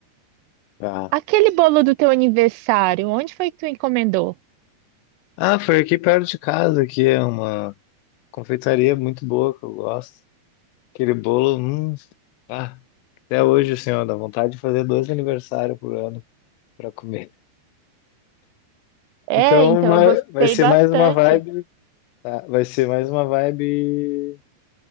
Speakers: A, on the left; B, on the right.
A: Tá.
B: Aquele bolo do teu aniversário, onde foi que tu encomendou?
A: Ah, foi aqui perto de casa, que é uma confeitaria muito boa que eu gosto. Aquele bolo, hum, ah, até hoje, senhor, dá vontade de fazer dois aniversários por ano para comer.
B: É,
A: Então,
B: então
A: uma-
B: eu gostei
A: vai ser
B: bastante.
A: mais uma vibe, tá? Vai ser mais uma vibe